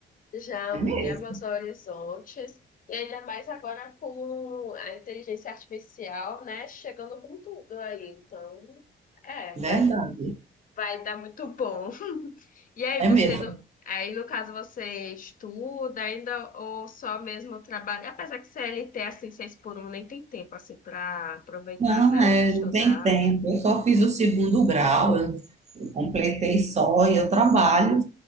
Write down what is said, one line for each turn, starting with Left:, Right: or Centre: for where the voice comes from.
Left: já
Right: É
Left: amplia
Right: mesmo,
Left: meus horizontes. E ainda mais agora com a inteligência artificial, né, chegando com tudo aí. Então, é,
Right: verdade.
Left: vai, vai dar muito bom. E aí
Right: É
Left: você,
Right: mesmo.
Left: no- aí no caso você estuda ainda ou só mesmo trabalha? Apesar que CLT assim, seis por um nem tem tempo assim para aproveitar,
Right: Não,
Left: né?
Right: é,
Left: Estudar
Right: não tem tempo. Eu só fiz o segundo grau, eu, eu completei só e eu trabalho,